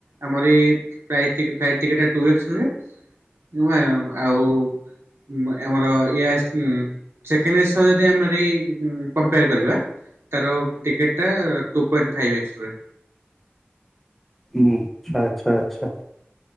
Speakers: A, on the right; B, in the centre.
A: ଆମର ଏ ଫ୍ଲାଇଟ ଟିକେଟ -ଫ୍ଲାଇଟ ଟିକେଟ ଟା ଟୁ ଏକ୍ସ ରୁହେ। ନୁଏ ଆଉ ଉଁ ଆମର ଏଇ ଆସ ସେକେଣ୍ଡ ଏସି ସହ ଯଦି ଆମେ କମ୍ପେୟାର କରିବା ତାର ଟିକେଟଟା ଟୁ ପଏଣ୍ଟ ଫାଇଫ୍ ଏକ୍ସ ରହିବ।
B: ହୁଁ ଆଚ୍ଛା, ଆଚ୍ଛା, ଆଚ୍ଛା।